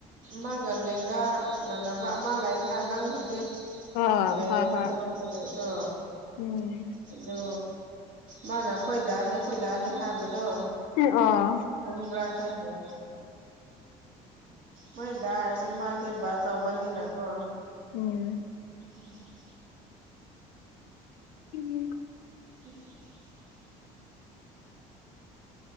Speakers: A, on the right; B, on the left.
A: ꯃꯥꯒ ꯂꯦꯡꯒꯥ ꯃꯥꯟꯅꯕ ꯑꯃꯥ ꯂꯩꯗꯅ ꯅꯪ ꯍꯧꯖꯤꯛ
B: ꯑ
A: ꯂꯩꯕꯥ
B: ꯍꯣꯏ ꯍꯣꯏ
A: ꯑꯃꯥ ꯇꯧꯕꯦꯗꯣ
B: ꯎꯝ
A: ꯑꯗꯨ ꯃꯥꯅ ꯑꯩꯈꯣꯏ ꯗꯥꯅꯤ ꯑꯩꯈꯣꯏ ꯗꯥꯅꯤ ꯍꯥꯏꯕꯗꯣ
B: ꯑꯣ
A: ꯈꯪꯕ꯭ꯔꯥ ꯈꯪꯗꯦ꯫ ꯃꯥꯏꯗ ꯍꯥꯏꯔꯁꯨ ꯃꯥꯗꯤꯕꯥ ꯆꯧꯕꯅꯤꯅꯀꯣ꯫
B: ꯎꯝ꯫
A: ꯎꯝ꯫
B: <unintelligible>
A: <unintelligible>